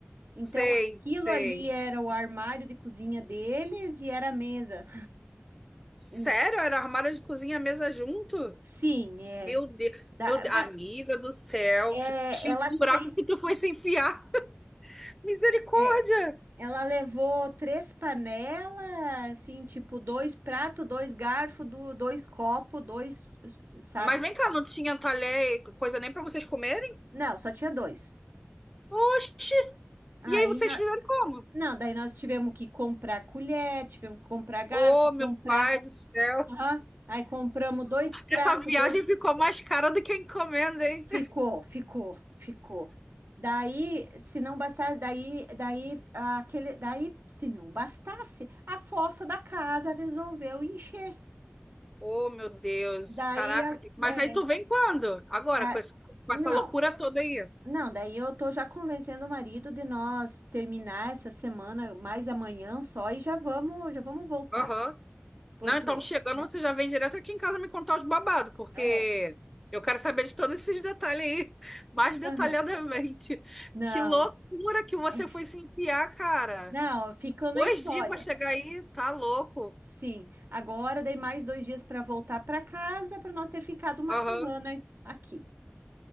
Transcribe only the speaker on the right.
Então,
aquilo
ali era o armário de cozinha deles e era a mesa.
<laughs>
Sim, é.
Dá,
É,
ela
tem,
é, ela levou três panelas, assim, tipo, dois pratos, dois garfos, dois copos, dois, sabe?
Não, só tinha dois.
Aí,
nó-
não, daí nós tivemos que comprar colher, tivemos que comprar garfo,
comprar,
aham. Aí compramos dois pratos,
dois,
ficou, ficou, ficou. Daí, se não bastasse, daí, daí, aquele, daí, se não bastasse, a fossa da casa resolveu encher.
Daí,
a-
é,
da,
não,
não, daí eu tô já convencendo o marido de nós terminar essa semana, mais amanhã só, e já vamos, já vamos voltar.
Porque,
é,
é,
aham, não,
é,
não, ficou na
história.
Sim, agora dei mais dois dias para voltar para casa, para nós ter ficado uma
semana aqui.